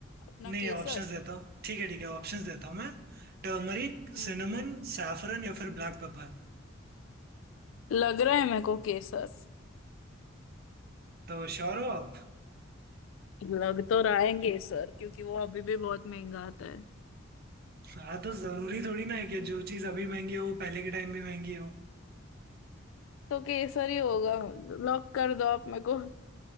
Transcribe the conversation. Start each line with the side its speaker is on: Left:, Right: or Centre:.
Left: अपना
Right: नहीं
Left: केसर
Right: ऑप्शंस देता हूँ ठीक है ठीक है ऑप्शंस देता हूँ मैं टर्मरिक
Left: हम्म
Right: सिनेमन सैफरन या फिर ब्लैक पेपर
Left: लग रहा है मेरे को केसर
Right: तो श्योर हो आप
Left: लग तो रहा है केसर क्योंकि वो अभी भी बहुत महंगा आता है
Right: हाँ तो जरूरी थोड़ी ना है कि जो चीज अभी महंगी हो वो पहले के टाइम में महंगी हो
Left: तो केसर ही होगा लॉक कर दो आप मेरे को